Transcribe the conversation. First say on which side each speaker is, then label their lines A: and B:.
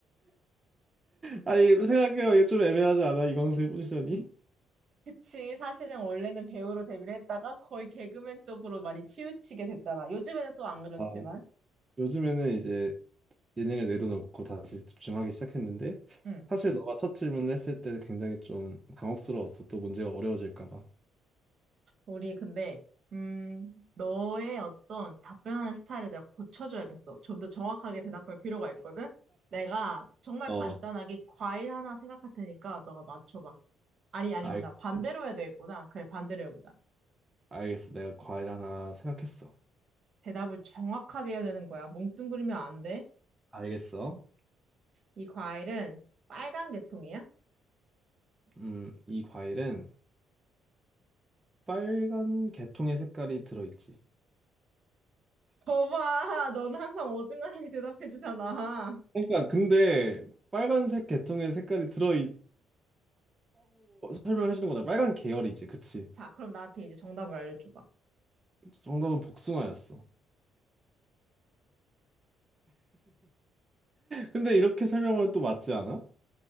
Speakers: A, on the right; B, on the right.
A: 아니 생각해요 이게 좀 애매하지 않아 이광수의 포지션이?
B: 그치, 사실은 원래는 배우로 데뷔를 했다가 거의 개그맨 쪽으로 많이 치우치게 됐잖아. 요즘에는 또 안 그렇지만.
A: 아, 요즘에는 이제 예능을 내려놓고 다시 집중하기 시작했는데
B: 응.
A: 사실 너가 첫 질문을 했을 때는 굉장히 좀 당혹스러웠어. 또 문제가 어려워질까 봐.
B: 우리 근데 음, 너의 어떤 답변하는 스타일을 내가 고쳐줘야겠어. 좀 더 정확하게 대답할 필요가 있거든. 내가 정말
A: 어,
B: 간단하게 과일 하나 생각할 테니까 너가 맞춰봐. 아니, 아니구나.
A: 알,
B: 반대로 해야 되겠구나. 그래, 반대로 해보자.
A: 알겠어. 내가 과일 하나 생각했어.
B: 대답을 정확하게 해야 되는 거야. 뭉뚱그리면 안 돼.
A: 알겠어.
B: 이 과일은 빨간 계통이야?
A: 음, 이 과일은 빨간 개통의 색깔이 들어있지.
B: 거봐, <laughs> 너는 항상 어중간하게 대답해주잖아.
A: 그러니까 근데 빨간색 개통의 색깔이 들어있다고 설명해 주는 거다. 빨간 계열이지, 그치?
B: 자, 그럼 나한테 이제 정답을 알려줘봐.
A: 정답은 복숭아였어. 근데 이렇게 설명하면 또 맞지 않아?